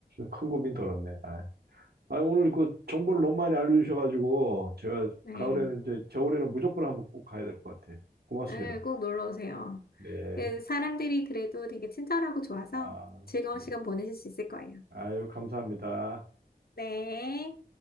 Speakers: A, on the right; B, on the left.
A: 큰 고민 덜었네. 아, 아, 오늘 그 정보를 너무 많이 알려주셔가지고, 제가
B: 네,
A: 가을에는 이제, 겨울에는 무조건 한번 꼭 가야 될 것 같아요. 고맙습니다.
B: 네, 꼭 놀러 오세요.
A: 네.
B: 그 사람들이 그래도 되게 친절하고 좋아서
A: 아,
B: 즐거운
A: 네.
B: 시간 보내실 수 있을 거예요.
A: 아유, 감사합니다.
B: 네.